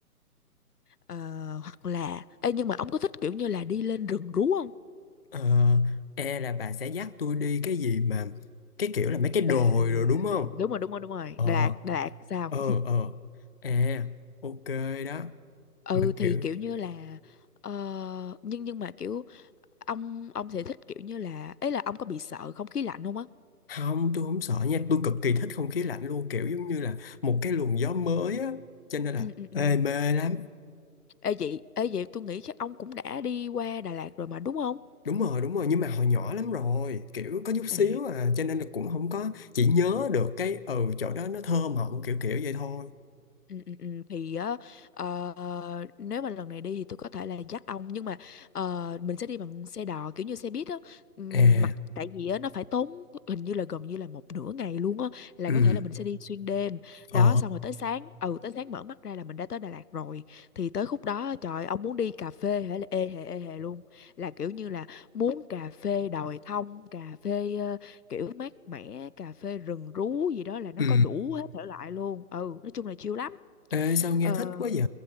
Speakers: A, on the left; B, on the left.
A: ờ, hoặc là Ê, nhưng mà ông có thích kiểu như là đi lên rừng rú không
B: ờ, e là bà sẽ dắt tôi đi cái gì mà cái kiểu là mấy cái đồi
A: Đà
B: rồi đúng không
A: đúng rồi đúng rồi đúng rồi
B: ờ
A: Đà Lạt Đà Lạt sao
B: ờ ờ à ok đó
A: ừ
B: mà
A: thì
B: kiểu
A: kiểu như là ờ, nhưng nhưng mà kiểu ông ông sẽ thích kiểu như là ấy là ông có bị sợ không khí lạnh không á
B: không tôi không sợ nha tôi cực kỳ thích không khí lạnh luôn kiểu giống như là một cái luồng gió mới á cho nên là
A: ừ ừ ừ
B: ê mê lắm
A: ê vậy ê vậy tôi nghĩ chắc ông cũng đã đi qua Đà Lạt rồi mà đúng không
B: đúng rồi đúng rồi nhưng mà hồi nhỏ lắm rồi kiểu có chút xíu
A: à
B: à cho nên là cũng không có chỉ nhớ được cái ừ chỗ đó nó thơ mộng kiểu kiểu vậy thôi
A: Ừ, ừ, ừ. thì á ờ, nếu mà lần này đi thì tôi có thể là dắt ông nhưng mà ờ, mình sẽ đi bằng xe đò kiểu như xe buýt á Ừm,
B: à
A: mặc tại vì á nó phải tốn hình như là gần như là một nửa ngày luôn á là
B: ừ
A: có thể là mình sẽ đi xuyên đêm đó
B: ờ
A: xong rồi tới sáng ừ tới sáng mở mắt ra là mình đã tới Đà Lạt rồi thì tới khúc đó á, trời ông muốn đi cà phê hay là ê hề ê hề luôn là kiểu như là muốn cà phê đồi thông cà phê ờ, kiểu mát mẻ cà phê rừng rú gì đó là nó
B: ừ
A: có đủ hết thể loại luôn ừ nói chung là chill lắm
B: Ê, sao nghe
A: Ờ,
B: thích quá vậy?